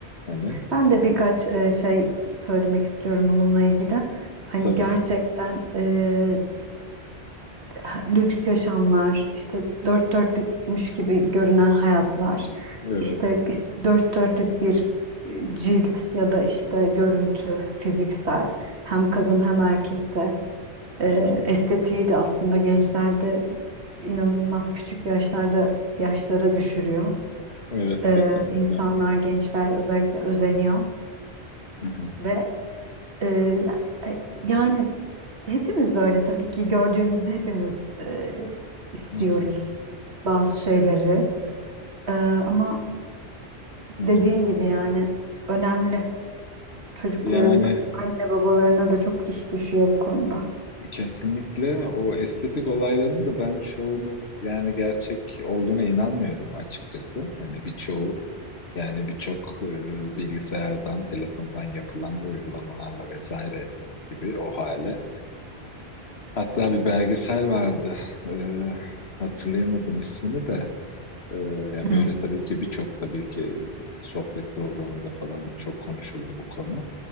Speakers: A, on the left; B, on the right.
A: hani
B: Ben de birkaç e, şey söylemek istiyorum bununla ilgili. Hani
A: tabii
B: gerçekten e, ha- lüks yaşamlar, işte dört dörtlükmüş gibi görünen hayatlar,
A: evet.
B: işte dört dörtlük bir e, cilt ya da işte görüntü fiziksel hem kadın
A: Hı
B: hem
A: hı.
B: erkekte e,
A: Hı hı.
B: estetiği de aslında gençlerde inanılmaz küçük yaşlarda yaşlara düşürüyor.
A: Evet
B: E,
A: kesinlikle.
B: insanlar gençler özellikle özeniyor
A: Hı hı.
B: ve ee, e, yani hepimiz öyle tabii ki gördüğümüzde hepimiz e, istiyoruz
A: Hı hı.
B: bazı şeyleri. Ee, ama
A: Hı hı.
B: dediğin gibi yani önemli. Çocukların
A: Yani
B: anne babalarına da çok iş düşüyor bu konuda.
A: Kesinlikle o estetik olaylarını da ben çoğunun yani gerçek olduğuna inanmıyorum açıkçası. Hani birçoğu yani birçok e, bilgisayardan, telefondan yapılan uygulamalarla vesaire gibi o hale. Hatta bir belgesel vardı. E, hatırlayamadım ismini de. E, yani
B: Hı.
A: böyle tabii ki birçok tabii ki sohbet programında falan çok konuşuldu bu konu.